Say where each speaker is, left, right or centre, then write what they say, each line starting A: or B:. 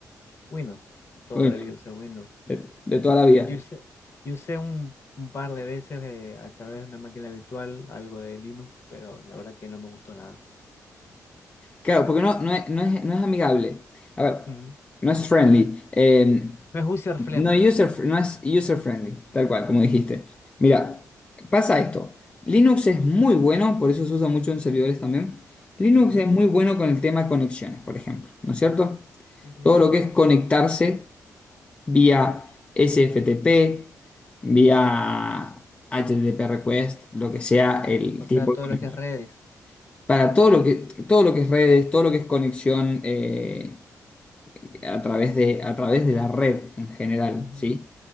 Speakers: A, on the left; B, on the left.
A: Windows, toda
B: Bueno,
A: la vida usé Windows.
B: de, de toda la vida.
A: yo usé, yo usé un, un par de veces eh, a través de una máquina virtual algo de Linux, pero la verdad que no me gustó nada.
B: Claro, porque no, no es, no es- no es amigable. A ver,
A: Ujú.
B: no es friendly. Eh,
A: No es user friendly.
B: No, user,
A: <laughs>
B: no es user friendly, tal cual, como dijiste. Mira, pasa esto. Linux es muy bueno, por eso se usa mucho en servidores también. Linux
A: Ujú,
B: es muy bueno con el tema conexiones, por ejemplo, ¿no es cierto?
A: ujú.
B: Todo lo que es conectarse vía SFTP, vía HTTP request, lo que sea el
A: O sea,
B: tipo
A: todo
B: de conexión.
A: lo que es redes.
B: Para todo lo que, todo lo que es redes, todo lo que es conexión, eh, a través de, a través de la red en general,
A: Ujú.
B: ¿sí?